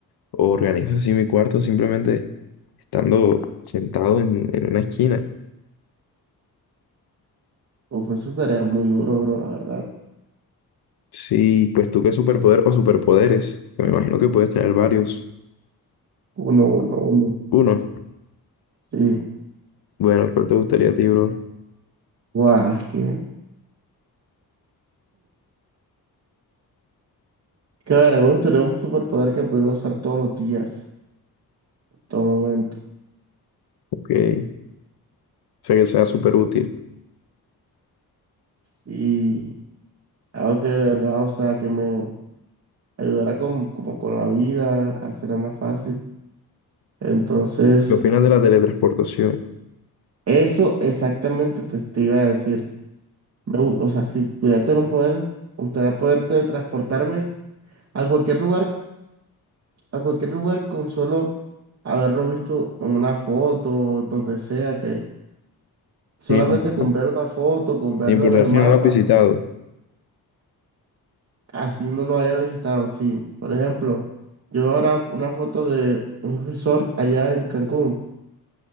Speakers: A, on the left (about 85°); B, on the right (about 40°).
A: o organizo así mi cuarto simplemente estando sentado en, en una esquina.
B: Uf, eso estaría muy duro, bro, la verdad.
A: Sí, pues tú qué superpoder o superpoderes, que me imagino que puedes tener varios.
B: Uno, uno, uno.
A: Uno,
B: Sí.
A: bueno, ¿cuál te gustaría a ti, bro?
B: Guau, es que. Que a ver, me gustaría un superpoder que pudiera usar todos los días, en todo momento.
A: Ok, o sea que sea súper útil.
B: Y algo que de verdad, o sea, que me ayudara con, como con la vida, a hacerla más fácil. Entonces,
A: ¿Qué opinas de la teletransportación?
B: eso exactamente te te iba a decir. Me gu- o sea, si pudiera tener un poder, me gustaría poder teletransportarme a cualquier lugar, a cualquier lugar con solo haberlo visto en una foto, donde sea, que solamente
A: Sin importar,
B: con ver una foto, con verlo
A: sin importar
B: en el
A: si
B: mapa,
A: no la has visitado.
B: así no lo haya visitado. Sí, por ejemplo, yo veo ahora una foto de un resort allá en Cancún,